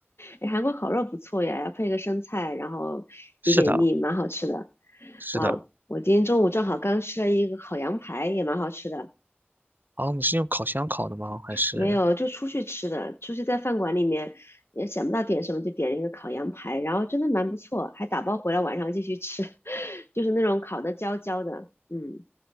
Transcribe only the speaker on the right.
是的，
是的。
啊，你是用烤箱烤的吗？还是